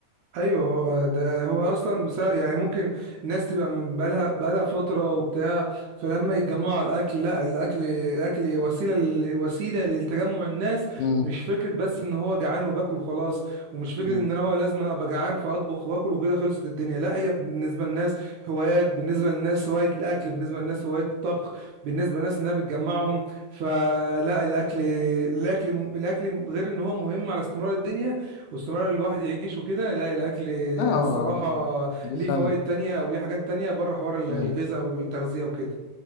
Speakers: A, on the right; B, on the left.
A: ايوه هو ده هو اصلا بسبب يعني ممكن الناس تبقى من بقالها بقالها فتره وبتاع فلما يتجمعوا على الاكل لا الاكل الاكل وسيله ل- وسيله لتجمع الناس
B: مم.
A: مش فكره بس ان هو جعان وباكل وخلاص ومش فكره
B: مم.
A: ان انا هو لازم ابقى جعان فاطبخ واكل وكده خلصت الدنيا لا هي بالنسبه للناس هوايات بالنسبه للناس هوايه الاكل بالنسبه للناس هوايه الطبخ بالنسبه للناس انها بتجمعهم فلا الاكل الاكل الاكل غير ان هو مهم على استمرار الدنيا واستمرار الواحد يعيش وكده لا الاكل
B: لا هو
A: الصراحه
B: دي
A: ليه
B: فن
A: فوائد تانية او ليه حاجات تانية بره حوار ال-
B: مم.
A: الغذاء والتغذيه وكده